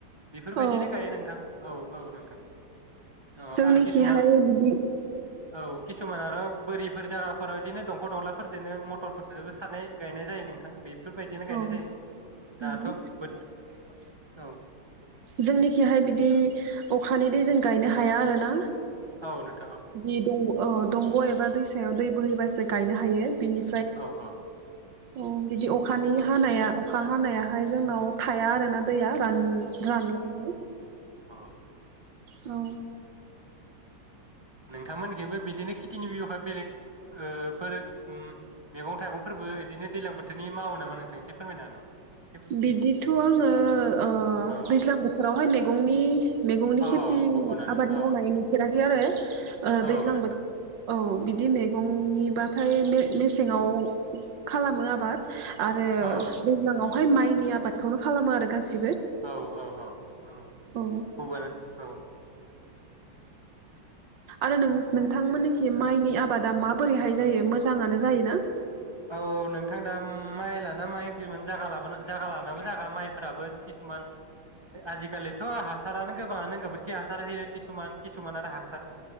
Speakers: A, on the right; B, on the right.
A: बेफोर बायदिनो
B: औ
A: गायो नोंथां औ औ नोंथां औ
B: जोंनिखिहाय
A: आरो किसुमान
B: बिदि
A: औ किसुमान आरो बोरिफोर जागाफोराव बिदिनो दंख' दंलाफोरजोंनो मटरफोरजोंबो सारनाय गायनाय जायो नोंथां बे बेफोर बायदियनो गायनाय
B: औ
A: जायो दाथ'
B: नंगौ
A: बोथो औ
B: जोंनिखिहाय बिदि अखानि दै जों गायनो हाया आरोना
A: औ <unintelligible>
B: बि दंग औ दंग' एबा दैसायाव दै बोहैबासो गायनो हायो बिनि
A: औ औ
B: अ बिदि अ- -खानि
A: औ
B: हानाया अखा हानायाहाय जोंनाव थाया आरोना दैया रान रानलांङो।
A: अ
B: औ
A: नोंथांमोननिखिबो बिदिनो खेथिनि बिबखा बेलेग फोर मैगं थाइगंफोरबो बिदिनो दैज्लां बोथोरनि मावो नामा नोंथांनिखि फोरमायनो हागोन नामा एसे
B: बिदिथ' आङो ओ
A: औ
B: दैज्लां बोथोरावहाय मे- गंनि मैगंनि
A: औ
B: खेथि
A: गुबुनानो
B: आबाद मावनाय
A: औ
B: नुफेराखै आरो
A: औ
B: दैज्लां
A: नोंथां
B: बोथोराव औ बिदि बिदि मैगंनिबाथाय मेसेङाव खालामो आबाद आरो
A: औ
B: दैज्लाङाव बेहाय माइनि आबादखौनो खालामो आरो गासैबो
A: औ औ औ
B: औ
A: गुबुन औ
B: आरो नों नोंथांमोननोखि माइनि आबादा माबोरैहाय जायो मोजाङानो जायो ना
A: औ नोंथां दा माइ लाना माइ किसुमान जागा लानाबो जागा माइफोराबो किसुमान आजिखालिथ' हासारानो गोबाङानो गोबोरखि हासार होयो किसुमान किसुमान आरो हासार